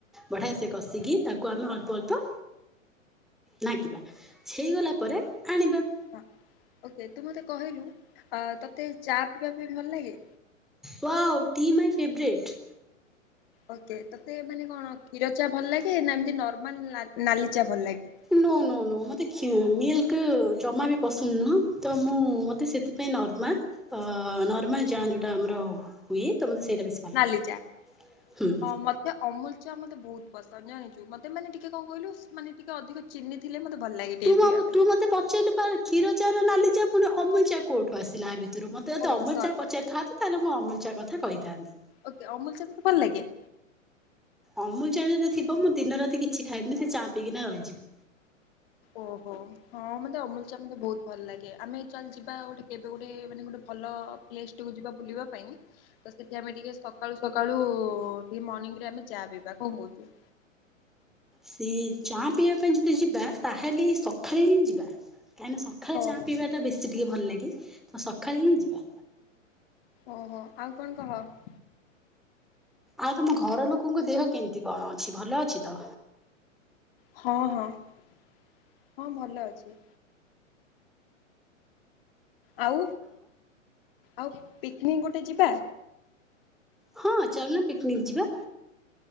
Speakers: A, in the centre; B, on the left.
A: ବଢଆ ସେ କଷିକି ତାକୁ ଆମେ ଅଳ୍ପ-ଅଳ୍ପ ନାଙ୍କିବା, ହେଇଗଲା ପରେ ଆଣିବା।
B: ହଁ ଓକେ, ତୁ ମତେ କହିଲୁ ଆ ତତେ ଚା ପିଇବା ପାଇଁ ଭଲ୍ ଲାଗେ?
A: Wow, tea my favourite.
B: Okay ତତେ ମାନେ କଣ କ୍ଷୀର ଚା ଭଲ ଲାଗେ ନା ଏମ୍ତି ନର୍ମାଲ ନାଲି ଚା ଭଲ ଲାଗେ?
A: ନୋ-ନୋ-ନୋ ମତେ କ୍ଷୀ ମିଲ୍କ ଜମା ବି ପସନ୍ଦ ନୁହଁ, ତ ମୁଁ ମତେ ସେଥିପାଇଁ ନର୍ମାଲ୍ ଅ ନର୍ମାଲ୍ ଚା ଯୋଉଟା ଆମର ହୁଏ, ତ ମତେ ସେଇଟା ବେଶୀ ଭଲ
B: ନାଲି
A: ଲାଗେ
B: ଚା
A: ହୁଁ
B: ହଁ ମ ସେ ଅମୁଲ୍ ଚା ମତେ ବହୁତ୍ ପସନ୍ଦ ଜାଣିଚୁ, ମତେ ମାନେ ଟିକେ କଣ କହିଲୁ ମାନେ ଟିକେ ଅଧିକ ଚିନି ଥିଲେ ମତେ ଭଲ୍ ଲାଗେ ଟିକେ
A: ତୁ
B: ପିଇବା ପାଇଁ।
A: ତୁ ମୋତେ ପଚାରିଲୁ ପା କ୍ଷୀର ଚା ନା ନାଲି ଚା ପୁଣି ଅମୁଚା କୋଉଠୁ ଆସିଲା ଆ ଭିତୁରୁ ମ ତେ ଯଦି
B: ଓ
A: ଅମୁଲ୍
B: ସରି
A: ଚା ପଚାରିଥାନ୍ତୁ, ତାହେଲେ ମୁଁ ଅମୁଲ୍ ଚା କଥା କହିଥାନ୍ତି।
B: ଓକେ, ଅମୁଲ୍ ଚା ତତେ ଭଲ୍ ଲାଗେ?
A: ଅମୁଲ୍ ଚା ଯଦି ଥିବ, ମୁଁ ଦିନ ରାତି କିଛି ଖାଇବିନି ସେ ଚା ପିଇକିନା ରହିଯିବି।
B: ଓହୋ। ହଁ ମତେ ଅମୁଲ୍ ଚା ମତେ ବହୁତ୍ ଭଲ୍ ଲାଗେ, ଆମେ ଚାଲ୍ ଯିବା ଗୋଟେ କେବେ ଗୋଟେ ମାନେ ଗୋଟେ ଭଲ ପ୍ଲେସ୍ ଟେ କୁ ଯିବା ବୁଲିବା ପାଇଁ। ତ ସେଠି ଆମେ ଟିକେ ସକାଳୁ-ସକାଳୁ ଟିକେ ମର୍ଣ୍ଣିିଂରେ ଆମେ ଚା ପିଇବା, କଣ କହୁଚୁ?
A: ସେ ଚା ପିଇବା ପାଇଁ ଯଦି ଯିବା ତାହେଲେ ସକାଳେ ହିଁ ଯିବା, କାଇଁନା ସ ଖାଳେ
B: ଓହୋ
A: ଚା ପିଇବାଟା ବେଶୀ ଟିକେ ଭଲ୍ ଲାଗେ, ତ ସଖାଳେ ହିଁ ଯିବା।
B: ଓହୋ, ଆଉ କଣ କହ?
A: ଆଉ ତମ ଘର ଲୋକଙ୍କ ଦେହ କେମ୍ତି କଣ ଅଛି, ଭଲ ଅଛି ତ?
B: ହଁ-ହଁ-ହଁ ଭଲ ଅଛି। ଆଉ, ଆଉ ପିକ୍ନିକ୍ ଗୋଟେ ଯିବା?
A: ହଁ ଚାଲୁନା ପିକ୍ନିକ୍ ଯିବା।